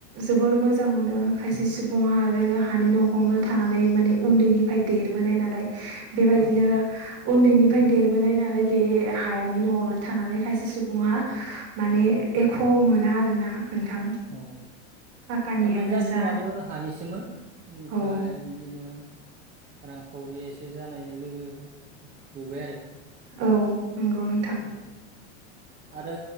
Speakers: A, on the right; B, on the right.
A: जोबोर मोजां मोनो खायसे सुबुङा आरो हानि न'आवनो थानानै माने उन्दैनिफ्राय देरबोनाय नालाय बेबायदिनो
B: औ
A: उन्दैनिफ्राय देरबोनाय नालाय बे हायानि न'आवनो थानानै खायसे सुबुङा माने एख' मोना आरोना नोंथां
B: औ
A: पाकानियानो
B: आगोल जानि
A: जा
B: न'आबो हानिसोमोन बेनिफ्राय
A: औ
B: बिदिनो एसे जानाय लोगो लुबाय आरो
A: औ नंगौ नों
B: <inaudible> आरो